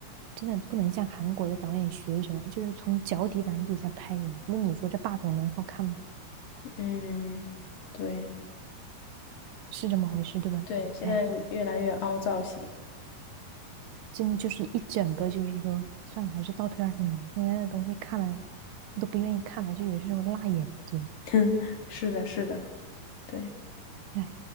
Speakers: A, on the right; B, on the left.
A: 真的不能像韩国的导演学什么，就是从脚底板底下拍的。那你说这霸总能好看吗？
B: <laughs> 嗯，对
A: 是这么回事，对吧？
B: 对，现在越来越凹造型。
A: 哎。真的就是一整个，就是说，算了，还是倒退二十年现在的东西看了都不愿意看了，就有些时候辣眼睛。
B: <laughs> 哼，是的，是的，对。
A: 哎，